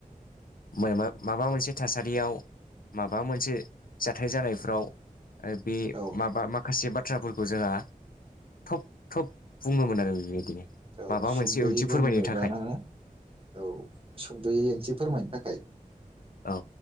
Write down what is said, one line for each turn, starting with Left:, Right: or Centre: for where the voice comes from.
Left: मायबा माबा मोनसे थासारि रियाव माबा मोनसे जाथाय जानायफ्राव ओ बे
Right: औ
Left: माबा माखासे बाथ थ्राफोरखौ जोंहा थब थब बुंङोमोन आरो बेबायदिनो
Right: औ
Left: माबा
Right: सुंदयै
Left: मोनसे ओंथि
Right: बुंनोबा
Left: फोरमायनो थाखाय
Right: नाना औ सुंदयै एसे फोरमायनो थाखाय।
Left: औ